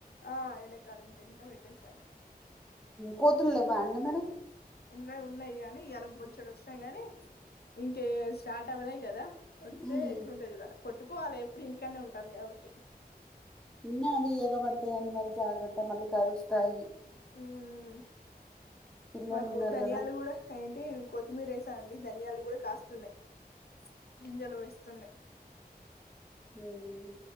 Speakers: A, on the left; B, in the centre.
A: ఆ ఎళ్లే కాలనింటెంట <unintelligible> పెట్టేసాను
B: కోతులు లెవ్వ అండి మరి
A: ఉన్నాయి ఉన్నాయి గానీ ఇయ్యాల బొచ్చుడు వచ్చినాయి గాని ఇంకే స్టార్ట్ అవ్వలేదు కదా వస్తే
B: ఉమ్.
A: ఎట్లుంటాయి చూడాలి కొట్టుకోవాలి ఇప్పుడు ఇంటికానీ ఉంటాను కాబట్టి
B: నిన్న బి ఏగా పడతాయి అని మరి జాగ్రత్త మిమల్ని కరుస్తాయి
A: ఉమ్,
B: పిల్లలు
A: మాకు
B: ఉన్నారు
A: ధనియాలు
B: కదా
A: కూడా ఏంటి కొత్తిమీర వేసానండి ధనియాలు కూడా కాస్తున్నాయి గింజలు వేస్తున్నాయి
B: హమ్